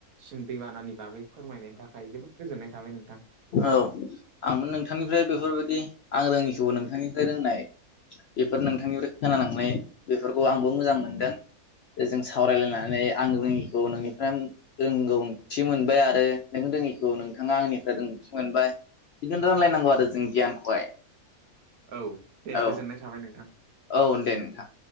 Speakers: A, on the right (about 75°); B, on the left (about 65°).
A: सिम दैबानानि बागै फोरमायनायनि थाखाय जोबोद गोजोननाय थाबाय नोंथां।
B: औ आंबो नोंथांनिफ्राय बेफोरबायदि आं रोङिखौबो नोंथांनिफ्राय रोंनाय बेफोर नोंथांनिफ्राय खोनालांनाय बेफोरखौ आंबो मोजां मोनगोन, जों सावरायलायनानै आं रोङिखौ नोंनिफ्राय रोंगौथि मोनबाय आरो नों रोङिखौ नोंथाङा आंनिफ्राय रोंगौथि मोनबाय। बिदिनो रानलायनांगौ आरो जों गियानखौहाय
A: औ दे
B: औ।
A: गोजोननाय थाबाय नोंथां।
B: औ दे नोंथां।